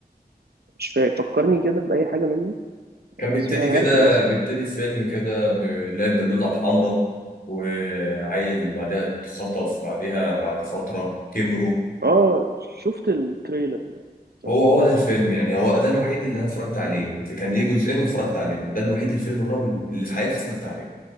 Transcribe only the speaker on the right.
مش فاكر فكرني كده بأي حاجة منه
اسمع
انا
عارف الاسم
اه شفت التريلر بس
ما شفتوش